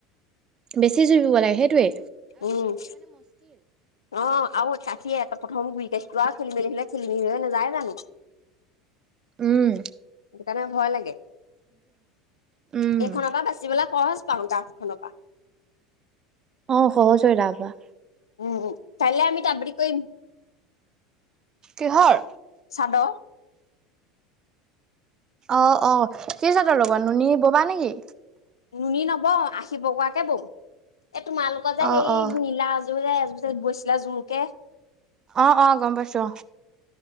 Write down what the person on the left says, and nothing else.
উম অ আৰু চাকি অ এখন পঠম গূৰি খাতিলো খেলি মেলি হ'লে খুলি দিব মন‌ নাজায় জানু।
সেইটো কাৰণে ভয় লাগে।
এইখনৰ পৰা বাচিবলৈ খৰচ। পাওঁ গাফ খন পৰা।
উম উ কাইলে আমি তাৰাপৰি কৰিম?
চাদৰ
নুনি নব আহিব কোৱাকে বৌ। এ তোমালোকৰ যে
সেই
নীলাজ। এ তুমিছে এযোৰ বৈছিলা জোৰকে।